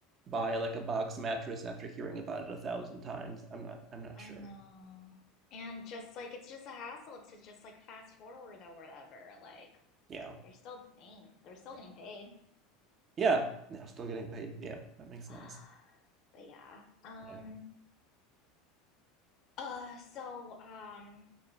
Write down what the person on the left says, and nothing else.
I
know. And just like it's just a hassle to just like fast forward or whatever. Like
you're still paying. They're still getting paid.
<sighs>
but yeah. Um.
Uh. So um.